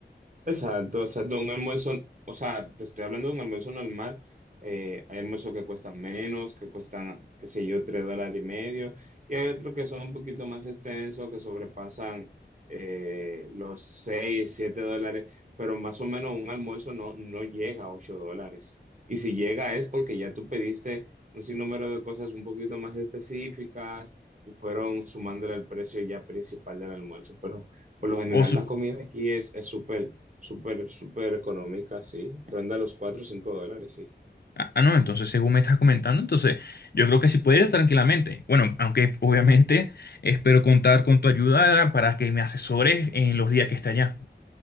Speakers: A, on the right; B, on the left.
A: Exacto, o exacto, un almuerzo, o sea, te estoy hablando de un almuerzo normal, eh, hay almuerzos que cuestan menos, que cuestan, qué sé yo, tres dólares y medio, y hay otros que son un poquito más extensos, que sobrepasan eh, los seis, siete dólares, pero más o menos un almuerzo no, no llega a ocho dólares, y si llega es porque ya tú pediste un sinnúmero de cosas un poquito más específicas y fueron sumándole al precio ya principal del almuerzo, pero... Por lo general,
B: O su-
A: la comida aquí es es súper Súper, súper económica, sí. Ronda los 4 o 5 dólares, sí.
B: ah, ah, no, entonces según me estás comentando, entonces yo creo que sí puede ir tranquilamente. Bueno, aunque obviamente espero contar con tu ayuda para que me asesores en los días que esté allá.